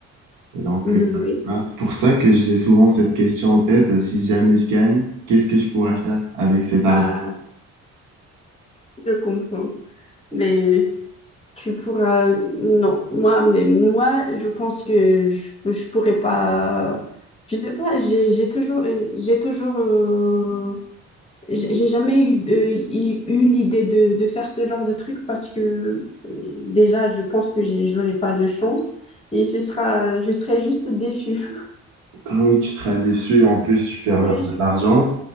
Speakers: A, on the right; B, on the left.
A: Et donc,
B: hmm,
A: euh,
B: oui.
A: voilà, c'est pour ça que j'ai souvent cette question en tête, euh, si jamais je gagne, qu'est-ce que je pourrais faire avec cet argent?
B: Ah, je comprends. Mais Tu pourras... Non, moi, mais moi, je pense que je, je pourrais pas... Je sais pas, j'ai j'ai toujours... euh, J'ai toujours... euh, J'ai j'ai jamais eu, euh, eu, eu l'idée de, de faire ce genre de truc parce que euh, déjà, je pense que j'ai- j'aurais pas de chance et ce sera, je serais juste déçue. <laughs>
A: Ah oui, tu seras déçu, en plus tu perds
B: Oui,
A: de l'argent